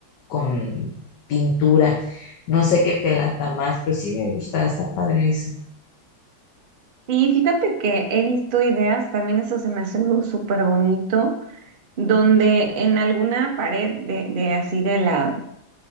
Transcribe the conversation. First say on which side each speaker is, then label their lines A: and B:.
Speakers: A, on the left; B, on the right.
A: con pintura. No sé qué te lata más, pero sí me gusta, está padre eso.
B: Y fíjate que he visto ideas, también eso se me hace algo súper bonito donde en alguna pared de, de así de la,